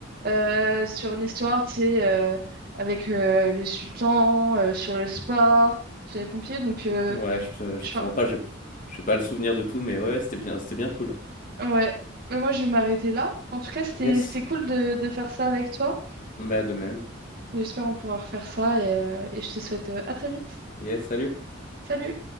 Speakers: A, on the right; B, on the left.
A: euh, sur l'histoire, tu sais, euh, avec euh, le sultan, euh, sur le sport, sur les pompiers. Donc, euh,
B: ouais, je, je
A: je...
B: te
A: fin-
B: mens pas, j'ai j'ai pas le souvenir de tout, mais ouais, ouais, c'était bien, c'était bien cool.
A: ouais. Mais moi, je vais m'arrêter là. En tout cas, c'était
B: Yes,
A: c'était cool de, de faire ça avec toi.
B: bah de même.
A: J'espère qu'on pourra refaire ça et, euh, et je te souhaite euh, à très vite.
B: Yes, salut.
A: Salut!